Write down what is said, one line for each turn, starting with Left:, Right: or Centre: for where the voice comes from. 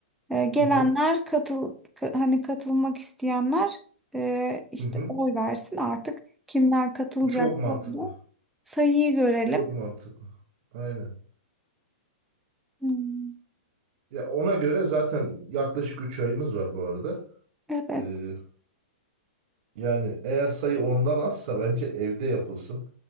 Centre: E, gelenler
Right: Hı hı.
Centre: katıl ka- hani katılmak isteyenler e, işte
Right: Hı hı.
Centre: oy versin artık. Kimler katılacaksa
Right: Çok mantıklı.
Centre: orada sayıyı görelim.
Right: Çok mantıklı. Aynen.
Centre: Hmm,
Right: Ya ona göre zaten yaklaşık 3 ayımız var bu arada.
Centre: evet,
Right: Ee, yani eğer sayı ondan azsa bence evde yapılsın.